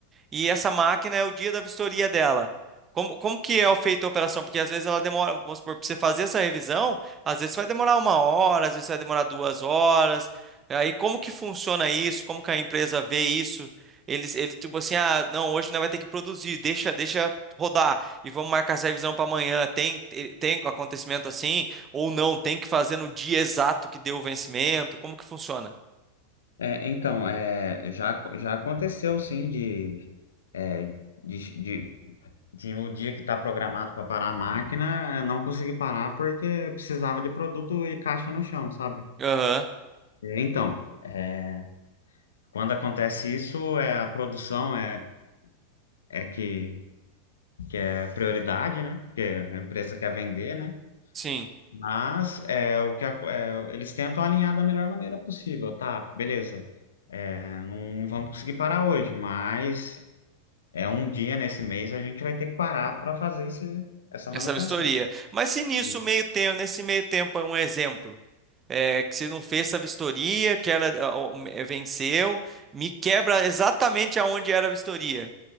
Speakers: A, on the right (about 25°); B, on the left (about 65°).
A: E essa máquina é o dia da vistoria dela. Como, como que é feita a operação? Porque às vezes ela demora, vamos supor, para você fazer essa revisão, às vezes vai demorar uma hora, às vezes vai demorar duas horas. Aí como que funciona isso? Como que a empresa vê isso? Eles, ele tipo assim, ah, não, hoje não vai ter que produzir, deixa, deixa rodar e vamos marcar essa revisão para amanhã. Tem, te- tem acontecimento assim ou não? Tem que fazer no dia exato que deu o vencimento? Como que funciona?
B: É, então, é, já, já aconteceu sim de, é, de, de, de no dia que está programado para parar a máquina, eu não consegui parar porque precisava de produto e caixa no chão, sabe?
A: Aham,
B: É, Então, é, quando acontece isso, é, a produção é, é que é prioridade, né? Porque a empresa quer vender, né?
A: sim.
B: Mas é, o que a- é, eles tentam alinhar da melhor maneira possível, tá? Beleza. É, não vamos conseguir parar hoje, mas É um dia nesse mês a gente vai ter que parar para fazer esse, essa manutenção.
A: essa vistoria. Mas se nisso
B: Isso.
A: meio tempo, nesse meio tempo é um exemplo, é, que se não fez essa vistoria, que ela ó, é, venceu, me quebra exatamente aonde era a vistoria.